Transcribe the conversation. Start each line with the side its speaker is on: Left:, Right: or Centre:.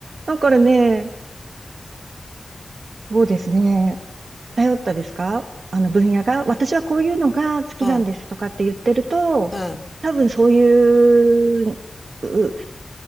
Right: だからね、そうですね。頼ったですかあの分野が、私はこういうのが好きなんですとかって言ってると、
Left: うん、うん、
Right: 多分そういう、う、